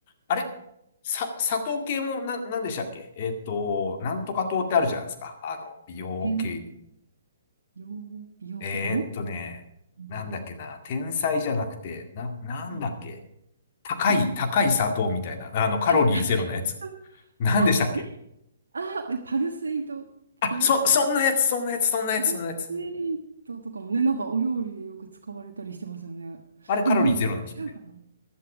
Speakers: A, on the left; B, on the right.
A: あれさ、砂糖系もな、なんでしたっけえっと、なんとか糖ってあるじゃないですか。あの、美容系。
B: 天、美容、美容系の
A: えーっとね、
B: なんだろ
A: なんだっけな、天才じゃなくて、な、なんだっけ
B: う。はい
A: 高い、
B: あー、
A: 高い砂糖みたいな、あの、カロリーゼロのやつ。
B: あ、高い。
A: なんでしたっけ
B: あ、あーえパルスイート系
A: あ、そ、そんなやつ、そんなやつ、そんなやつ、
B: パルスイートとかもね、
A: そんなやつ。
B: なんかお料理でよく使われたりしてますよね。
A: あれカロリーゼロなんですよね。
B: え、なんだ、違うかな